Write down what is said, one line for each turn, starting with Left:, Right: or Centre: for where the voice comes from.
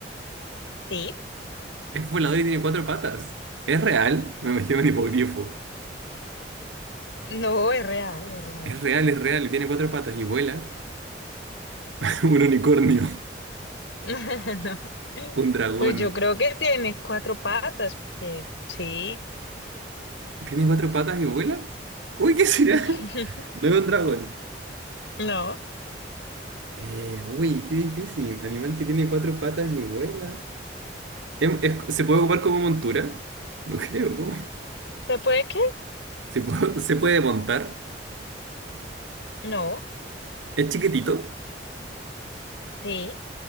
Left: sí,
Right: Es volador y tiene cuatro patas. ¿Es real? Me imagino un hipogrifo.
Left: no, es real, es real.
Right: Es real, es real y tiene cuatro patas y vuela. <laughs> Un unicornio.
Left: <laughs> No,
Right: Un dragón.
Left: pues yo creo que tiene cuatro patas, porque sí.
Right: ¿Tiene cuatro patas y vuela? Uy, ¿qué será?
Left: <laughs>
Right: <laughs> No es un dragón.
Left: No,
Right: Eh, uy, qué difícil. Animal que tiene cuatro patas y vuela. Em- es- ¿se puede ocupar como montura? No creo, ¿cómo?
Left: ¿se puede qué?
Right: ¿Se puede, <laughs> se puede montar?
Left: No,
Right: ¿Es chiquitito?
Left: sí,